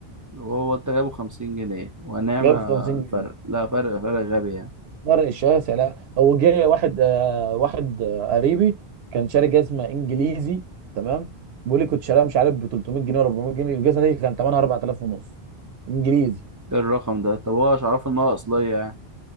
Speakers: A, on the right; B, on the right.
A: وهو انت جايبه 50 جنيه ونعم
B: جايب 50
A: الفرق
B: جنيه
A: لا فرق فرق غبي يعني
B: فرق شاسع لا هو جه واحد آه واحد آه قريبي كان شاري جزمه انجليزي تمام بيقول لي كنت شاريها مش عارف ب 300 جنيه ولا 400 جنيه الجزمه دي كان ثمنها 4000 ونص انجليزي
A: ايه الرقم ده طب هو مش عارف ان هو اصلية يعني